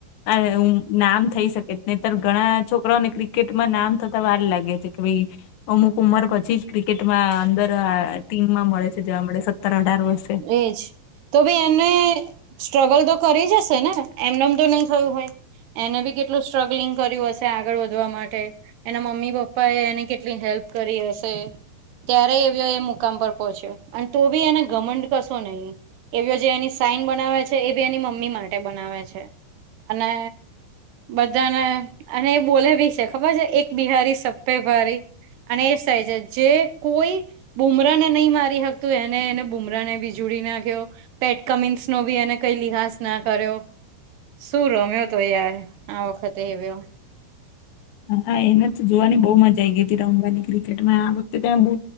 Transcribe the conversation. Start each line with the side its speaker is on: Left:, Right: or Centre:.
Left: આ અ નામ થઈ શકે ન ત્યારે ઘણા છોકરાઓને ક્રિકેટમાં નામ થતા વાર લાગે છે, કે ભાઈ અમુક ઉંમર પછી જ ક્રિકેટમાં અંદર અ આ ટીમમાં મળે છે જવા માટે સત્તર અઢાર વર્ષે.
Right: એજ તો બી એમને સ્ટ્રગલ તો કરીજ હશે ને એમનેમ તો નહી થયું હોય. એને બી કેટલું સ્ટ્રગલિંગ કર્યુ હશે તૈ આગળ વધવા માટે એના મમ્મી પપ્પા એ એને કેટલી હેલ્પ કરી હશે. ત્યારે એવ્યો એ મુકામ પર પહોંચ્યો અને તોભી એને ઘમંડ કશો નહી એવ્યો જે એની સાઈન બનાવે છે એબી એની મમ્મી માટે બનાવે છે. અને બધાને અને એ બોલેભી છે ખબર છે, એક બિહારી સબ પે ભારી અને એ જ થાય છે જે કોઈ બૂમરા ને નહી મારી શકતું એને એને બૂમરા ને જોડી નાખ્યો. પેટ કમિન્સનો બી એને કઈ લિહાસ ના કર્યો. શું રમ્યો હતો યાર આ વખતે એવ્યો
Left: હા એને જ જોવાની બહુ મજા આવી ગઈ હતી રમવાની કિ કેટમાં આ વખતે ત્યાં બહુ